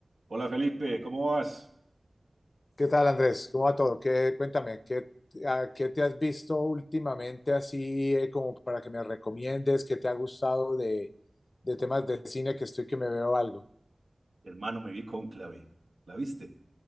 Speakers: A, on the right; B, on the left.
A: Hola Felipe, ¿cómo vas?
B: ¿Qué tal, Andrés? ¿Cómo va todo? ¿Qué, cuéntame, ¿qué, a- qué te has visto últimamente así eh, como para que me recomiendes? ¿Qué te ha gustado de, de temas de cine que estoy que me veo algo?
A: Hermano, me vi Cónclave. ¿La viste?